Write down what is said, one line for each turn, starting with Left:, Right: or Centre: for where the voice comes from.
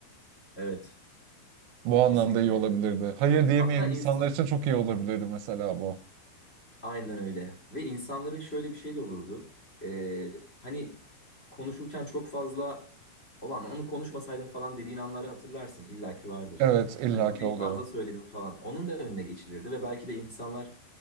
Left: Evet.
Right: Bu anlamda
Left: Kesinlikle.
Right: iyi olabilirdi. Hayır diyemeyen
Left: Hatta
Right: insanlar
Left: ins-
Right: için çok iyi olabilirdi mesela bu.
Left: Aynen öyle. Ve insanların şöyle bir şey de olurdu. Ee, hani konuşurken çok fazla olan onu konuşmasaydım falan dediğin anları hatırlarsın. İlla ki vardır.
Right: Evet, illaki
Left: Hani burayı
Right: oluyor.
Left: fazla söyledim falan. Onun da önüne geçilirdi ve belki de insanlar